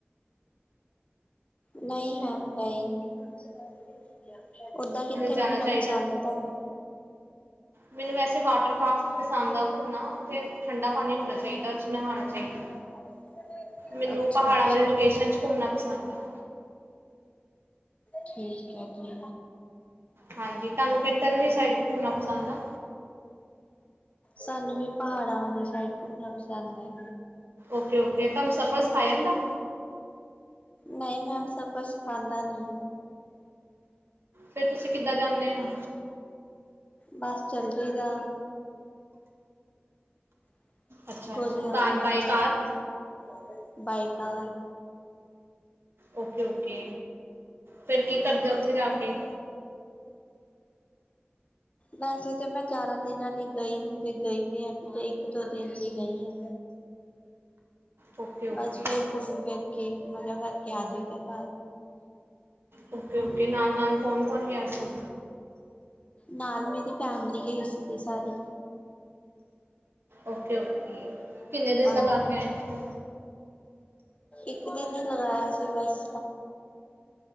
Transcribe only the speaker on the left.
ਨਹੀਂ <unintelligible> ਓਦਾਂ ਕਿੱਥੇ
ਘੁੰਮਣਾ
ਪਸੰਦ ਹੈ ਤੁਹਾਨੂੰ
<inaudible>
ਅੱਛਾ
ਅੱਛਾ
ਠੀਕ ਹੈ ਜੀ
ਸਾਨੂੰ ਵੀ ਪਹਾੜਾਂਵਾਂੀ ਸਾਈਡ ਘੁਮਣਾ ਪਸੰਦ ਹੈ
ਨਹੀਂ ਮੈਮ ਸਫ਼ਰ ਸਿਖਾਂਦਾ ਨੀ
ਬਸ ਚੱਲ ਜਾਈ ਦਾ <unintelligible>
ਬਏਕਾ
ਵੈਸੇ ਤਾਂ ਮੈਂ ਚਾਰਾਂ ਦਿਨਾਂ ਲਈ ਗਈ ਜੇ ਗਈ ਵੀ ਆ ਕਿਤੇ ਇੱਕ ਦੋ ਦਿਨ ਲਈ ਗਈ ਆ।
ਬਸ ਫੇਰ ਘੁੰਮ ਫਿਰ ਕੇ ਮਜ਼ਾ ਕਰਕੇ ਆਦੀ ਤੱਕ
ਨਾਲ ਮੇਰੀ ਫੈਮਿਲੀ ਗਈ ਸੀਗੀ ਸਾਰੀ,
ਹਾਂਜੀ
ਇੱਕ ਦਿਨ ਹੀ ਲਗਾਇਆ ਸੀ ਬਸ